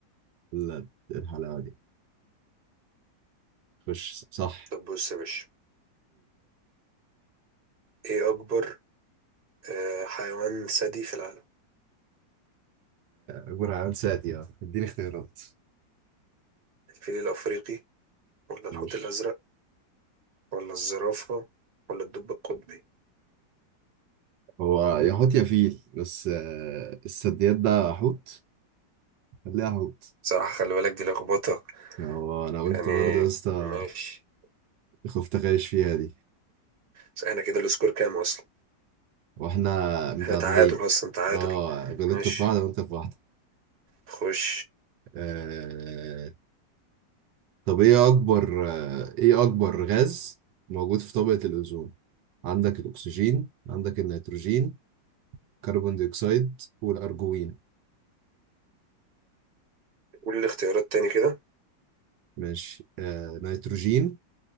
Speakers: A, on the right (about 80°); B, on the right (about 35°).
A: ال- الحلاوة دي خش صح
B: طب بص يا باشا ايه اكبر آه، حيوان ثدي في العالم
A: جرعان سادي اه اديني اختيارات
B: الفيل الافريقي ولا الحوت
A: ماشي
B: الازرق ولا الزرافة ولا الدب القطبي
A: هو يا حوت يا فيل بس آه، السديات ده حوت خليها حوت
B: صراحة خلي بالك دي لخبطة
A: هو انا قلت
B: يعني
A: برضه يا اسطى
B: ماشي
A: خفت اغش فيها دي
B: بس احنا كده السكور كام اصلا
A: واحنا متعادلين
B: احنا تعادل اصلا تعادل
A: اه غلطت
B: ماشي
A: في واحدة وانت في واحدة
B: خش
A: آه، طب ايه اكبر آه، ايه اكبر غاز موجود في طبقة الاوزون عندك الاكسجين عندك النيتروجين كربون ديوكسيد والارجوين
B: قولي الاختيارات تاني كده
A: ماشي آه نيتروجين